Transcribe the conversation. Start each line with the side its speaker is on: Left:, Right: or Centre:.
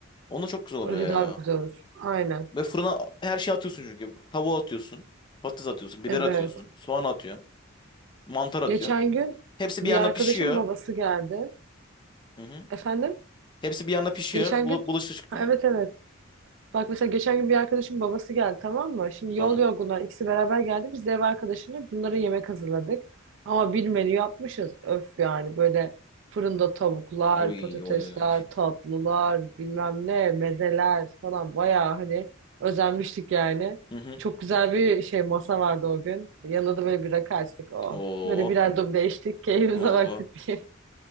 Left: Onlar çok güzel
Right: Öyle
Left: oluyor ya.
Right: daha güzel olur. Aynen.
Left: Ve fırına her şeyi atıyorsun çünkü. Tavuğu atıyorsun. Patates atıyorsun. Biber
Right: Evet.
Left: atıyorsun. Soğan atıyorsun. Mantar atıyorsun.
Right: Geçen gün
Left: Hepsi
Right: bir
Left: bir yanda
Right: arkadaşım
Left: pişiyor.
Right: babası geldi.
Left: Hı hı.
Right: Efendim?
Left: Hepsi bir yanda pişiyor.
Right: Geçen
Left: Bul
Right: gün
Left: bulaşık çıkmıyor.
Right: Ha, evet evet. Bak mesela geçen gün bir arkadaşım babası geldi tamam mı? Şimdi
Left: Tamam.
Right: yol yorgunlar ikisi beraber geldi. Biz de ev arkadaşına bunlara yemek hazırladık. Ama bir menü yapmışız. Öf yani böyle fırında tavuklar,
Left: Oy
Right: patatesler,
Left: oy oy. oy.
Right: tatlılar, bilmem ne, mezeler falan bayağı hani özenmiştik yani.
Left: Hı hı.
Right: Çok güzel bir şey masa vardı o gün. Yanında da böyle bir rakı açtık o.
Left: Oo.
Right: Böyle birer duble içtik, <laughs> keyfimize
Left: Oo.
Right: baktık diye.